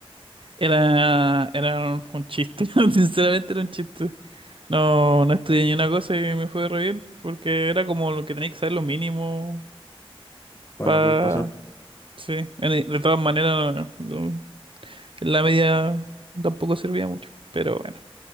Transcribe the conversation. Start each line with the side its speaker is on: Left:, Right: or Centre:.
Right: era, era un, un chiste, <laughs> sinceramente era un chiste. No, no estudié ni una cosa y me fue re bien, porque era como lo que tenía que saber lo mínimo
Left: Para
Right: para...
Left: poder pasar.
Right: Sí, bueno, y de todas maneras, lo- la media tampoco servía mucho, pero bueno.